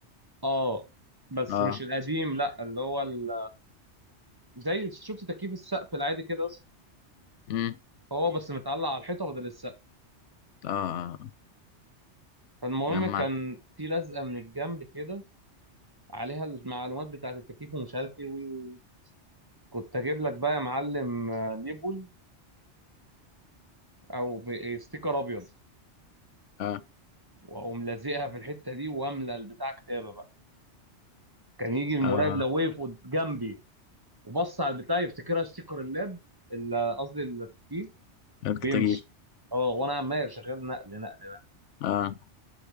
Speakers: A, on the right (about 20°); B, on the left (about 85°).
A: اه بس
B: اه
A: مش القديم لا اللي هو ال... زي شفت تكييف السقف العادي كده
B: امم
A: هو بس متعلق على الحيطه بدل السقف
B: اه آه.
A: فالمهم
B: جمعت
A: كان في لزقه من الجنب كده عليها المعلومات بتاعه التكييف ومش عارف ايه وي وي. كنت اجيب لك بقى يا معلم آه، ليبل او ب- إيه، ستيكر ابيض
B: اه
A: واقوم لازقها في الحته دي واملى البتاع كتابه بقى كان يجي المراقب
B: اه
A: لو وقف قد- جنبي وبص على البتاع يفتكرها ستيكر اللاب ال- قصدي التكييف
B: التكييف
A: ويمشي اه وانا عمال شغال نقل نقل نقل
B: اه